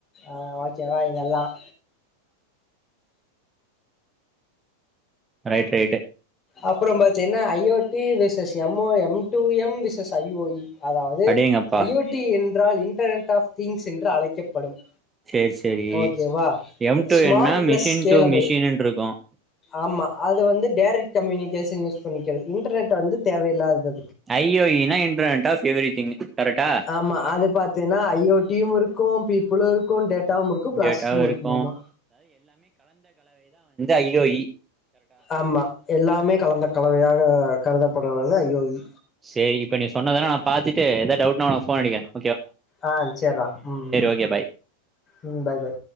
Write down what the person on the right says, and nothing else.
ரைட் ரைட்டு
அடேங்கப்பா
செரி செரி
எம் டூ
எம் னா
machine
to மிஷின்று இருக்கும்
ஐஓயீ னா இன்டர்நெட் ஆஃப் எவ்ரி திங் கரெக்டா
டேட்டாவு இருக்கு
ஐயோ யி
சரி இப்ப நீ சொன்னதானா நான் பாத்துட்டு எதாவது டவுட்டுன்னா உனக்கு போன் அடிக்கிறேன்
ஓகே பாய்